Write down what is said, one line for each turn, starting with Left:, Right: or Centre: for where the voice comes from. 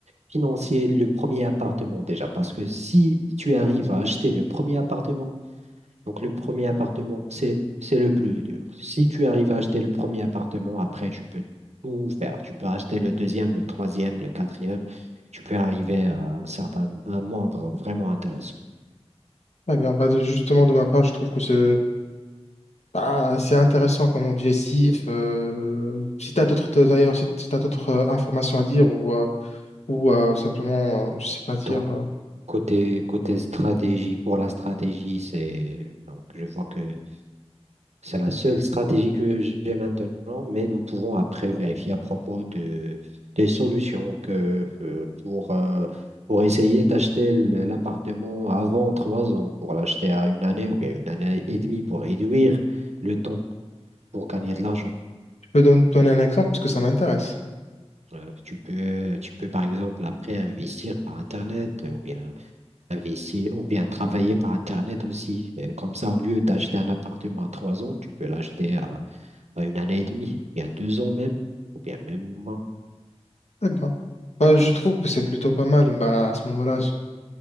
Right: financiers le premier appartement déjà. Parce que si tu arrives à acheter le premier appartement, donc le premier appartement, c'est, c'est le plus dur. Si tu arrives à acheter le premier appartement, après, tu peux tout faire. Tu peux acheter le deuxième, le troisième, le quatrième. Tu peux arriver à un certain, un nombre vraiment intéressant.
Left: Eh bien, bah, de- justement, de ma part, je trouve que c'est bah, c'est intéressant comme objectif. Euh, si tu as d'autres, d'ailleurs, si tu d'autres euh, informations à dire ou, euh, ou euh, simplement, euh, je sais pas dire,
Right: Donc,
Left: euh,
Right: côté, côté stratégie, pour la stratégie, c'est donc je vois que c'est la seule stratégie que j'ai maintenant, mais nous pouvons après vérifier à propos de, des solutions que, euh, pour, euh, pour essayer d'acheter l- l'appartement avant trois ans, pour l'acheter à une année ou bien une année et demie pour réduire le temps pour gagner de l'argent.
Left: tu peux don- donner un exemple parce que ça m'intéresse.
Right: Euh, tu peux, tu peux par exemple après investir par Internet euh, ou bien investir ou bien travailler par Internet aussi. Euh, comme ça, au lieu d'acheter un appartement à trois ans, tu peux l'acheter à à une année et demie, bien deux ans même, ou bien même moins.
Left: Eh ben, bah, je trouve que c'est plutôt pas mal. Bah, à ce moment-là, je